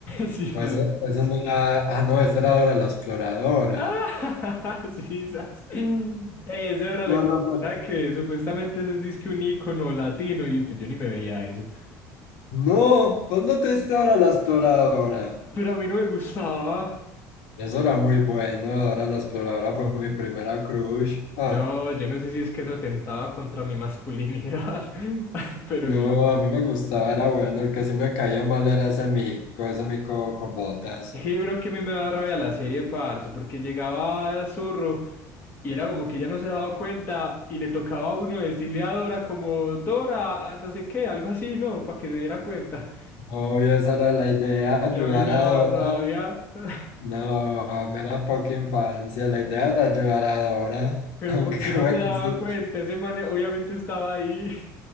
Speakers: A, on the left; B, on the left.
A: Sí,
B: O
A: así
B: eso,
A: es.
B: eso no era, ah, no, esa era Dora la Exploradora.
A: Ah, <laughs> sí, sas. Ey, ese era la
B: No, no, pero-
A: verdad que supuestamente ese es disque un icono latino y pues yo ni me veía eso.
B: no, pues no te diste Dora la Exploradora.
A: Pero a mí no me gustaba.
B: Eso era muy bueno, Dora la Exploradora fue mi primera crush. Ah,
A: No, yo no sé si es que eso atentaba contra mi masculinidad, <laughs> pero
B: no,
A: yo no.
B: a mí me gustaba, era bueno, el que sí me caía mal era ese mico, ese mico con botas.
A: Es que yo creo que a mí me daba rabia la serie, parce, porque llegaba Zorro y era como que ya no se daba cuenta y le tocaba a uno decirle a Dora como, Dora, ah, no sé qué, algo así, ¿no? Para que se diera cuenta.
B: Obvio, esa era la idea, ayudar
A: Y a mí me
B: a
A: daba
B: Dora.
A: rabia, <laughs>
B: No, mera poca infancia, la idea era ayudar a Dora.
A: pero
B: Aunque
A: ¿por qué no
B: <laughs> bueno,
A: se daba
B: sí,
A: cuenta? Ese man eh, obviamente estaba ahí. <laughs>